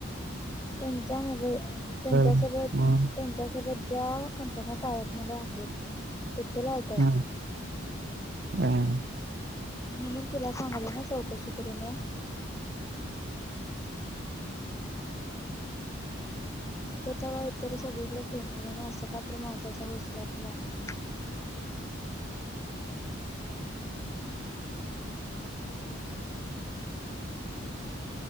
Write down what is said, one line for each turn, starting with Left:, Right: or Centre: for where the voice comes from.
Left: त्यांच्या ह त्यांच्या
Right: आहे?
Left: सोबत
Right: मग
Left: त्यांच्या सोबत ज्या कंपन्या टायप मध्ये आहेत तिथे लावतात
Right: हम् हम
Left: म्हणून तुला सांगलं ना चौकशी करण नको तेव्हा इतर सगळीकडे फिरणार नाही असं काात्र महत्त्वाच्या गोष्टीला तर जाण स कश करारा